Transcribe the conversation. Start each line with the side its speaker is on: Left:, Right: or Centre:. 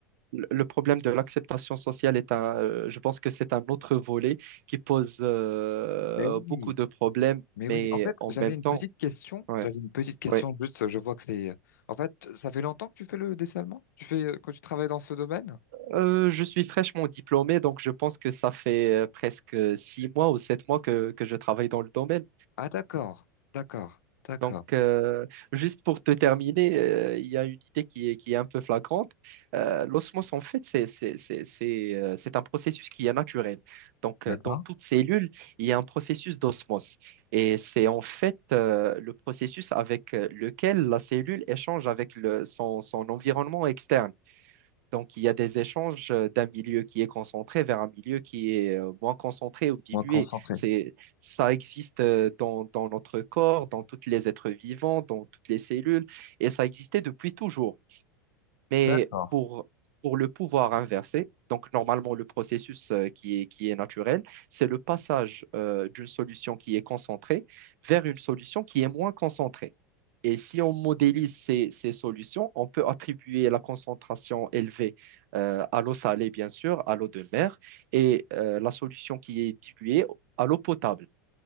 Right: le le problème de l'acceptation sociale est un, euh, je pense que c'est un autre volet qui pose euh,
Left: mais oui.
Right: beaucoup de problèmes,
Left: Mais oui,
Right: mais
Left: en fait,
Right: en
Left: j'avais
Right: même
Left: une
Right: temps,
Left: petite question.
Right: ouais,
Left: J'avais une petite question,
Right: ouais.
Left: juste, je vois que c'est... En fait, ça fait longtemps que tu fais le dessin allemand? Tu fais, euh, quand tu travailles dans ce domaine?
Right: Euh, je suis fraîchement diplômé, donc je pense que ça fait euh, presque six mois ou sept mois que, que je travaille dans le domaine.
Left: Ah, d'accord, d'accord, d'accord,
Right: Donc, euh, juste pour te terminer, euh, il y a une idée qui est, qui est un peu flagrante. Euh, l'osmose, en fait, c'est, c'est, c'est, c'est, euh, c'est un processus qui est naturel. Donc, euh,
Left: d'accord.
Right: dans toute cellule, il y a un processus d'osmose. Et c'est en fait euh, le processus avec euh, lequel la cellule échange avec le- son son environnement externe. Donc, il y a des échanges euh, d'un milieu qui est concentré vers un milieu qui est euh, moins concentré ou dilué.
Left: Moi, concentré.
Right: C'est, ça existe euh, dans, dans notre corps, dans tous les êtres vivants, dans toutes les cellules, et ça existait depuis toujours. Mais
Left: D'accord,
Right: pour, pour le pouvoir inversé, donc normalement le processus euh, qui est, qui est naturel, c'est le passage euh, d'une solution qui est concentrée vers une solution qui est moins concentrée. Et si on modélise ces, ces solutions, on peut attribuer la concentration élevée euh, à l'eau salée, bien sûr, à l'eau de mer, et euh, la solution qui est diluée à l'eau potable.